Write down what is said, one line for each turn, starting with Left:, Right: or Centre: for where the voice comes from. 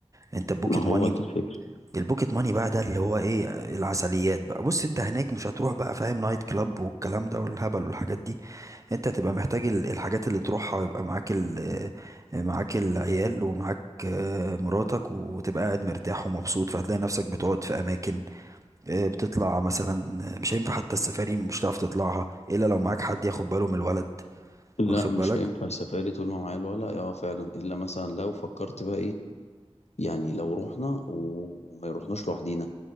Right: انت بوكيت
Left: ما هو
Right: ماني
Left: دي الفكره
Right: البوكيت ماني بقى ده اللي هو ايه العسليات بقى بص انت هناك مش هتروح بقى فاهم نايت كلاب والكلام ده والهبل والحاجات دي انت هتبقى محتاج ال- الحاجات اللي تروحها يبقى معاك ال معاك العيال ومعاك آه، مراتك وتبقى قاعد مرتاح ومبسوط فهتلاقي نفسك بتقعد في اماكن آه، بتطلع مثلا آه، مش هينفع حتى السفاري مش هتعرف تطلعها الا لو معاك حد ياخد باله من الولد
Left: لا
Right: واخد
Left: مش
Right: بالك
Left: هينفع السفاري طول ما معايا الولا اه فعلا الا مثلا لو فكرت بقى ايه يعني لو رحنا وما رحناش لوحدينا